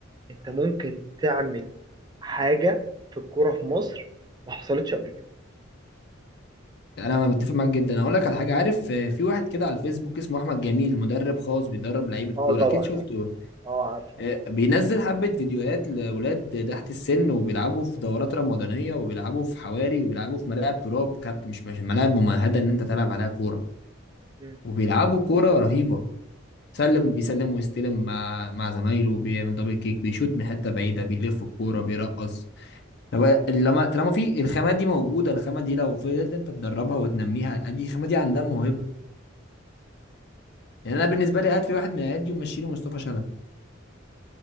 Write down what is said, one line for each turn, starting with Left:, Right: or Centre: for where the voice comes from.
Right: انت ممكن تعمل حاجه في الكوره في مصر ما حصلتش قبل كده
Left: يعني انا متفق معاك جدا اقول لك على حاجه عارف آه، في واحد كده على الفيسبوك اسمه احمد جميل مدرب خاص بيدرب لعيبه
Right: اه
Left: كوره
Right: طبعا
Left: اكيد شفته
Right: عارف اه عارف عارف
Left: آه، بينزل حبه فيديوهات لاولاد تحت السن وبيلعبوا في دورات رمضانيه وبيلعبوا في حواري وبيلعبوا في ملاعب تراب كارت مش مش ملاعب ممهده ان انت تلعب عليها كوره
Right: مم.
Left: وبيلعبوا كوره رهيبه سلم بيسلم ويستلم مع مع زمايله بيعمل دبل كيك بيشوت من حته بعيده بيلف الكوره بيرقص طب لما طالما في الخامه دي موجوده الخامه دي لو فضلت انت تدربها وتنميها ادي الخامه دي عندها موهبه يعني انا بالنسبه لي هات لي واحد من ايادي ومشي له مصطفى شلبي